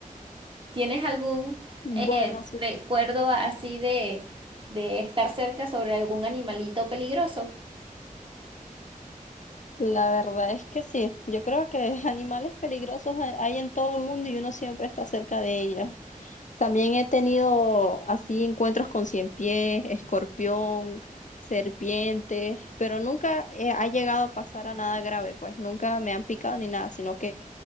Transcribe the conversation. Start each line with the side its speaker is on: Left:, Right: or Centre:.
Right: ¿Tienes algún
Left: Bueno,
Right: eh,
Left: sí,
Right: recuerdo así de, de estar cerca sobre algún animalito peligroso?
Left: la verdad es que sí. Yo creo que <laughs> animales peligrosos hay hay en todo el mundo y uno siempre está cerca de ellos. También he tenido así encuentros con cien pies, escorpión, serpientes, pero nunca eh, ha llegado a pasar a nada grave, pues nunca me han picado ni nada, sino que